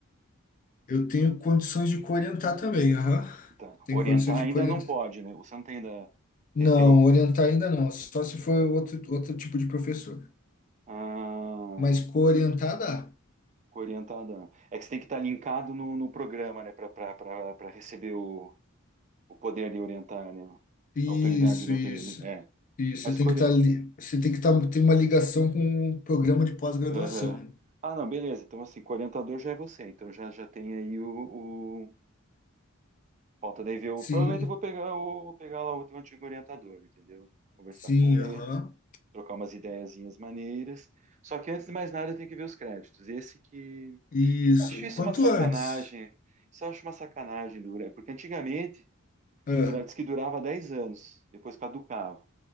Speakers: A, on the left; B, on the right.
A: Eu tenho condições de orientar também, aham.
B: Tá.
A: Tenho
B: Orientar
A: condições
B: ainda
A: de orientar.
B: não pode, né? Você não tem ainda...
A: Não,
B: Tem, tem, o-
A: orientar ainda não, só se for outro, outro tipo de professor.
B: ah,
A: Mas coorientar dá.
B: orientada. É que você tem que estar linkado no, no programa, né? Para receber o, o poder de orientar, né?
A: Isso,
B: A autoridade de
A: isso.
B: autoridade. É.
A: Isso,
B: Mas
A: você tem
B: que
A: que estar ali você tem que estar tem uma ligação com o programa de pós-graduação.
B: aham.
A: né?
B: Ah, não, beleza. Então, assim, que já é você. Então, já, já tem aí o... Falta daí ver. o-
A: Sim,
B: Provavelmente eu vou pegar o vou pegar lá o teu antigo orientador, entendeu? Conversar
A: sim,
B: com ele,
A: aham.
B: trocar umas ideiazinhas maneiras. Só que antes de mais nada eu tenho que ver os créditos. Esse que.
A: Isso.
B: Acho isso
A: Quanto
B: uma sacanagem.
A: antes.
B: Isso eu acho uma sacanagem, dura. Porque antigamente
A: Ah.
B: dura... diz que durava 10 anos, depois caducava.